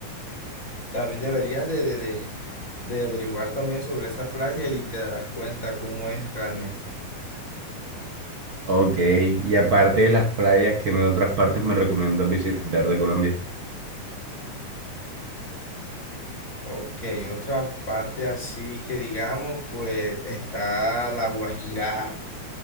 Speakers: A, on the left; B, on the right.
A: También deberías de, de, de, de averiguar también sobre esa playa y te darás cuenta cómo es realmente.
B: Ok, y aparte de las playas, ¿qué me- otras partes me recomiendas visitar de Colombia?
A: Ok, otra parte así que digamos, pues está la Guajira